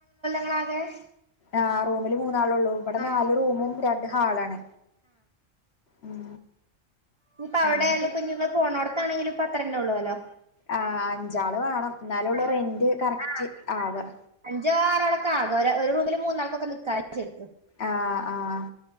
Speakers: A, on the right; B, on the left.
A: <unintelligible>
B: ആഹ് റൂമില് മൂ ന്നാളൊള്ളൂ ഇവട
A: ആഹ്
B: നാല് റൂമും രൺ ണ്ട് ഹാളാണ്. ഉം
A: ഇഞ്പ്പ അവടെ
B: അങ്ങനെയൊക്കെ
A: ആയാലും ഇഞ് ഇപ്പ ങ്ങൾ പോണോട്ത്താണെങ്കിലും ഇപ്പത്ര അത്ര ന്നൊള്ളോ ലോ.
B: ആഹ് അഞ്ചാള് വേണം എന്നാലൊള്ളു
A: ആയി
B: റെന്റ് കറക്റ്റ്
A: ആഹ്
B: ആവാ
A: അഞ്ചോ ആറോ ളക്ക ആകാ ഒര് ഒരു റൂമില് മൂന്നാൾക്കൊക്കെ നിക്കാലോ ചെര്ക്ക്.
B: ആഹ് ആഹ്